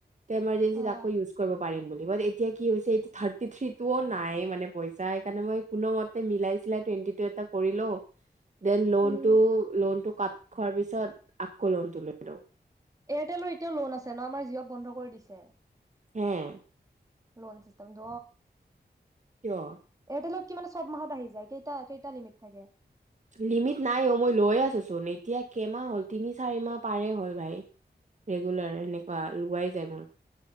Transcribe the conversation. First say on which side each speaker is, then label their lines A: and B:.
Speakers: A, on the right; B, on the right.
A: তে এমাৰজেঞ্চি
B: অ
A: ইউজ কৰিব পাৰিম বুলি বাত এতিয়া কি হৈছে থাৰটি থ্ৰিটোও নাই মানে পইচা সেইকাৰণে মই কোনো মতে মিলাই চিলাই টুৱেন্টি টো এটা কৰি লও দেন লোনটো,
B: উম
A: লোনটো কাত খোৱাৰ পিছত আকলনটো লৈ লওঁ।
B: এয়াৰটেলৰ এতিয়াও লোন আছে ন? আমাৰ জিঅত বন্ধ কৰি দিছে।
A: হম',
B: লন চিষ্টষ্টম দ
A: কিয়?
B: এত কি মানে চব মাহত আহি যায় কেইটা? কেইটা লিমিট থাকে?
A: লিমিট নাই অ' মই লৈ আছোঁচোন এতিয়া কেইমাহ হ'ল তিনি, চাৰিমাহ পাৰেই হ'ল ভাই ৰেগুলাৰ সেনেকুৱা লোৱাই যায় মোৰ।